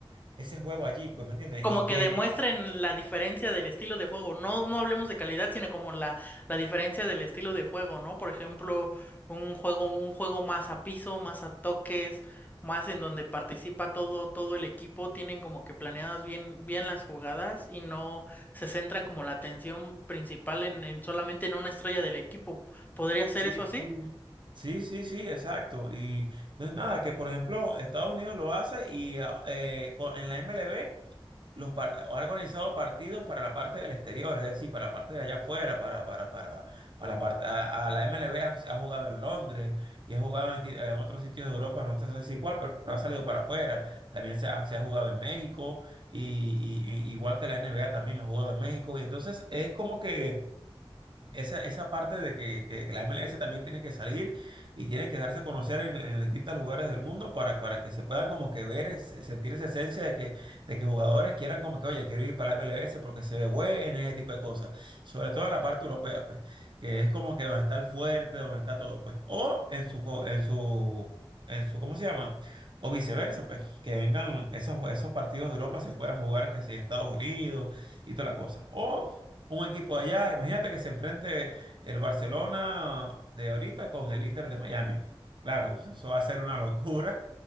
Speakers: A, on the right (about 55°); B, on the left (about 20°).
A: ese juego allí, pues, ¿me entiendes?
B: como
A: Y que
B: que demuestren la diferencia del estilo de juego. No, no hablemos de calidad, sino como la, la diferencia del estilo de juego, ¿no? Por ejemplo, un juego, un juego más a piso, más a toques, más en donde participa todo, todo el equipo, tienen como que planeadas bien, bien las jugadas y no se centran como la atención principal en, en solamente en una estrella del equipo. ¿Podría ser
A: sí.
B: eso así?
A: Sí, sí, sí, exacto. Y no es nada, que por ejemplo Estados Unidos lo hace y ah, eh, con- en la MLB los par- ha organizado partidos para la parte del exterior, es decir, para la parte de allá afuera, para, para, para, para la parte, a, a la MLB ha, ha jugado en Londres y ha jugado en, ti- en otros sitios de Europa, no sé si cuál, pero, pero ha salido para afuera. También se ha, se ha jugado en México y, y- y- igual que la NBA también ha jugado en México. Y entonces es como que... Esa, esa parte de que, que la MLS también tiene que salir y tiene que darse a conocer en, en distintos lugares del mundo para, para que se pueda como que ver, ese- sentir esa esencia de que, de que jugadores quieran como que, oye, quiero ir para la MLS porque se ve bueno y ese tipo de cosas. Sobre todo en la parte europea, pues, que es como que donde está el fuerte, donde está todo, pues. O en su, co- en su, en su, ¿cómo se llama? O viceversa, pues, que vengan esos, esos partidos de Europa
B: Uf.
A: se puedan jugar, que si Estados Unidos y toda la cosa. O un equipo allá. Imagínate que se enfrente el Barcelona de ahorita con el Inter de Miami. Claro, eso va a ser una locura,